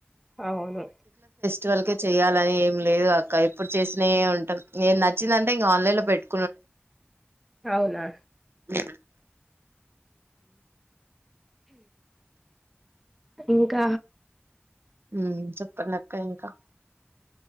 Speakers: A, in the centre; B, on the right (about 70°).
A: అవును
B: ట్వల్కె చేయాలని ఏం లేదు అక్క ఇప్పుడు చేసిన ఉంటరు నేను నచ్చిందంటే ఇంకా ఆన్లైన్ లో పెట్టు
A: అవున
B: ఉ
A: ఇంక
B: ఉమ్ చెప్పండక్క ఇంకా